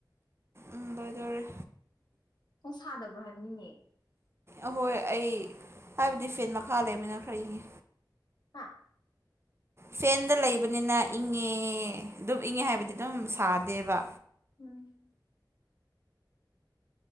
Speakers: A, on the right; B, on the left.
A: ꯎꯝ ꯂꯣꯏꯗꯣꯔꯦ
B: ꯄꯣꯡ ꯁꯗꯕ꯭ꯔꯥ ꯍꯥꯏꯅꯤꯅꯦ
A: ꯑꯍꯣꯏ ꯑꯩ ꯍꯥꯏꯕꯗꯤ ꯐꯦꯟ ꯃꯈꯥ ꯂꯩꯕꯅꯤꯅ ꯈꯔ ꯏꯪꯉꯤ
B: ꯍꯥꯥ
A: ꯐꯦꯟꯗ ꯂꯩꯕꯅꯤꯅ ꯏꯪꯉꯦ ꯑꯗꯨꯝ ꯏꯪꯉꯦ ꯍꯥꯏꯕꯗꯤ ꯑꯗꯨꯝ ꯁꯥꯗꯦꯕ
B: ꯎꯝ